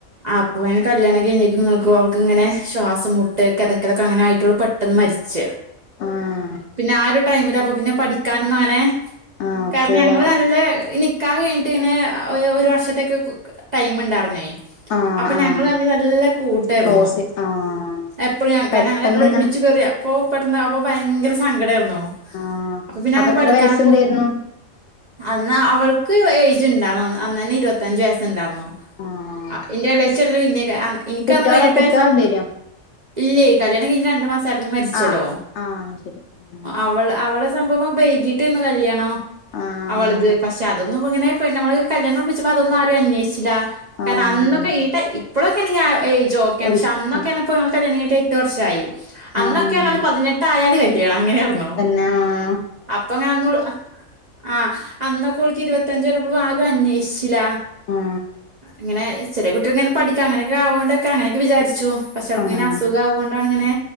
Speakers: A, on the right; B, on the left.
A: അപ്പൊ അന് കല്യാണം കഴിഞ്ഞ നിക്ക് അവളക്ക് ഇങ്ങനെ ശ്വാസം മുട്ട് കെതക്കെ ലെക്കെ അങ്ങനെയിട്ടുള്ള പെട്ടന്ന് മരിച്ചച്ച്
B: ആഹ്
A: പിന്നെ ആ ഒരു ടൈമില് അ പിന്നെ പഠിക്കാനൊന്നും അങ്ങനെ
B: ആഹ്
A: കാരണം
B: പോവാ
A: ഞങ്ങള് നല്ല നി ക്കാഹ് കഴഞ്ഞിട്ട ഇങ്ങനെ ഒരു വർഷത്തേക്ക ടൈം ഉണ്ടായിരുന്നേ
B: ആഹ്
A: അപ്പൊ
B: ആഹ്
A: ഞങ്ങള് തമ്മില് നല്ല കൂട്ട ട്ടായിരുന്നു
B: ക്ലോസ് ആഹ്
A: എപ്പോഴും ഞാൻ
B: പെട്ടെന്ന്
A: കാരണം ഞങ്ങൾ രണ്ടാളും ഒരുമിച്ച്
B: ഇങ്ങനെ
A: കയറിയ ഇപ്പൊ പെട്ടെന്ന് അപ്പൊ ഭയങ്കര സങ്കട ആയിരുനു
B: ആഹ്
A: അപ്പൊ പിന്നെ അങ്ങനെ
B: എത്ര
A: പഠിക്കാനും
B: വയസ്സുണ്ടായിരുന്നു
A: അന്ന് അവൾക്ക് ഏയ്ജ് ഉണ്ടായിരുന്നു അന്ന് തന്നെ ഇരുപത്തഞ്ച് വയസ്സുണ്ടായിരുന്നോ
B: ആഹ്
A: ആ ഇന്റെ ഇളച്ചി എല്ലാം ഇനെകാള് ഇനിക്കന്ന്
B: കുട്ടികളെ
A: പതിനെട്ട്
B: കുട്ടികളുണ്ടായിനോ
A: വയസ്സ് ആ ഇല്ലേ കല്യാണം കഴിഞ്ഞ് രണ്ടു മാസ ആയപ്പോന്ന മരിച്ചല്ലോ
B: ആഹ് ആഹ് ശരി ആഹ്
A: അവ അവളെ സംഭവം വൈകീട്ട് ആന്ന് കല്യാണോ
B: ആഹ്
A: അവളത് പക്ഷെ അതൊന്നും ഇങ്ങനെ പിന്നെ നമ്മള് കല്യാണം ഉറപ്പിച്ചപ്പോ അതൊന്നും ആരും അന്വേഷിച്ചില്ല
B: ആഹ്
A: കാരണം അന്നൊക്കെ
B: അതന്നെ
A: ഈ ടൈ ഇപ്പോഴൊക്കെ ആണോങ്കിൽ ആ എയ്ജ് ഓക്കേ
B: വലുത്
A: പക്ഷേ അന്നൊക്ക
B: ആഹ്
A: ആ പറഞപ്പേ നമ്മുക്ക് കല്ലിയാണം കഴിഞ് എട്ട് വർഷമായി അന്നൊക്കെ
B: ആഹ്
A: പറഞ്ഞാല് പതിനെട്ട് ആയാല് കല്യാണം അങ്ങനെ ആയിരുന്നോ
B: നാ..
A: അപ്പൊ ഞാൻന്നു ആഹ് അന്നക്കൊൾക്ക് ഇരുപത്തിഞ്ച പറഞ്ഞപ്പോഴും ആരും അന്വേഷിച്ചില്ല.
B: ആഹ്
A: ഇങ്ങനെ ചെറിയ കുട്ടികൾ ഇങ്ങനെ പഠിക്കാം അങ്ങനെയൊക്കെ ആകോണ്ടൊക്കെ അങ്ങനെയൊക്കെ വിചാച്ചു.. പക്ഷേ അവക്കി
B: ആഹ്
A: ങ്ങനെ അസുഖ ആവുകൊണ്ടാണ് ഇങ്ങനെ